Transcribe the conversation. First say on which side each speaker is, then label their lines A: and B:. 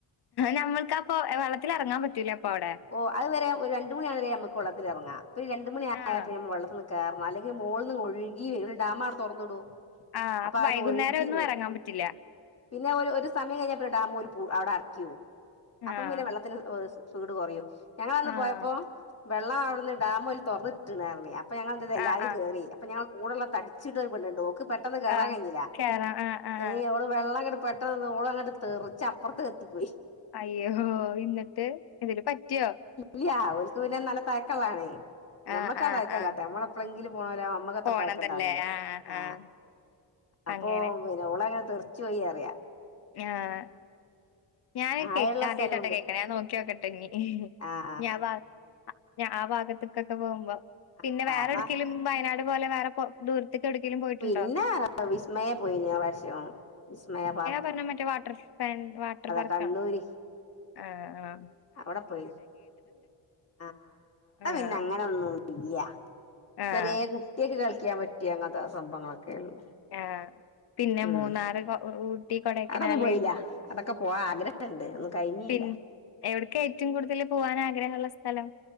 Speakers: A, on the left (about 50°); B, on the left (about 30°).
A: നമ്മക്കപ്പൊ വെള്ളത്തിലെ റങ്ങാൻ പറ്റൂല അപ്പൊ അവിടെ
B: ഓ അഹ് വരെ ഒരു രണ്ട് മണ്യാവ ണെരെ അമ്മക് വെ ളള്ളത്തിലെൽറങ്ങാം ഒരു രണ്ട മണിയായാ
A: ആഹ്
B: പിന്നേ വെള്ളത്തന്ന് കാർ അല്ലെങ്കി മോളന്ന് ഒഴുകിവ <unintelligible> ഡാമാ ടെ തൊറന്ന്ടൊ
A: ആഹ്
B: അപ്പൊ അവിന്ന്
A: വൈകുന്നേരം
B: ഒഴുകി
A: ഒന്നും
B: വരും
A: ഇറങ്ങാൻ പറ്റില്ല
B: പിന്നെ ഒരു ഒരു സമയം കഴിഞാ പ്പ ഡാമോൽ പൂ അവിടെ അർക്കിയോ അപ്പം
A: ആഹ്
B: പിന്നെ വെള്ളത്തിന് ഓർസ് വീട് കൊറയോ ഞങ്ങള ന്ന്
A: ആഹ്
B: പോയപ്പോം വെള്ളം ഔട്ന്ന് ഡാം ഓല് തൊറന്ന്ട്ട് ണ് അറിഞ് പ്പ ഞങ്ങള് ത് തെ എല്ലാരും
A: ആഹ് ആഹ്
B: കേറി അപ്പൊഞാൻ കൂടെള്ള തടിച്ചിട്ടൊരു പെണ്ണ് ണ്ട് ഓക്ക് പെട്ടെന്ന് കേറാൻ
A: ആഹ്
B: കൈഞ്ജീല്ല
A: കേറാ ആഹ് ആഹ്
B: ഈ ഓൾ വെള്ളങ്ങട്ട് പെട്ടെന്നോള അങ്ങട്ട് തെറച്ചപ്പറത്ത് എത്തിപ്പോയി
A: അയ്യോ ഇന്നട്ട് എന്തേലും പറ്റിയോ
B: ല്ലാ ഓല്ക് പിന്ന നല്ല തയക്കള്ളാണേ ഞമ്മക്കാ
A: ആഹ് ആഹ്
B: തയക്കല്ലാത്തെ
A: ആഹ്
B: അമ്മളെപ്പെളെങ്കിലും പോണോ ലാ അമ്മക്ക് അത്ര
A: പോണതല്ലേ
B: തയക്കണ്ടാവല്ലോ
A: ആഹ്
B: ആ
A: ആഹ്
B: അപ്പോ
A: അങ്ങനെ
B: പിന്നെ ഓളങ്ങന തെർച്ചോയീ അറിയ
A: ആഹ ഞാനോക്കെ
B: ആഴള്ള
A: ക്കാദ്യയിട്ടാട്ടോ
B: സ്ഥലവുണ്ട്
A: കേക്ക് ണെ ഞാൻ നോക്കിയോക്ക ട്ടഞ് ഈ ഹ്
B: ആഹ്
A: ഞാവർ ഞാൻ ഭാഗത്തക്കൊക്കെ പോകുമ്പോ പിന്നെ
B: ആഹ്
A: വേറെടുക്കലും
B: ആഹ്
A: വയനാട് <unintelligible> പോയിട്ടുണ്ടോ
B: പിന്നെ വിസ്മയ പോയി പ്രാവശ്യം വിസ്മയ പാർ
A: പറഞ്ഞാ മറ്റേ വാട്ടർ വാട്ടർ പാർക്ക്
B: കണ്ണൂര്
A: ആണ് ആ ആ
B: അവിടെ പോയി ആ അവിടെ
A: ആഹ്
B: പിന്നെ അങ്ങനെ ഒന്നും ഇല്ലൃ
A: ആഹ്
B: ചെറിയ കുട്ടിയക്കെ കളി വിക്കാൻ പറ്റിയഅങ്ങനത്തെ സംഭങ്ങളൊക്കെ ള്ളു
A: ആഹ് പിന്നെ
B: ഉം
A: മൂന്നാറ് കൊ ഊട്ടി കൊടൈക്കനാല്
B: അവിടൊന്നും പോയില്ല അടൊക്കെ പോവാൻ ആഗ്രഹുണ്ട് ഒന്നും കഴിഞ്ഞില്ല
A: പിൻ എവിട്ക്കാ ഏറ്റവും കൂടുതൽ പോവാൻ ആഗ്രഹമുള്ള സ്ഥലം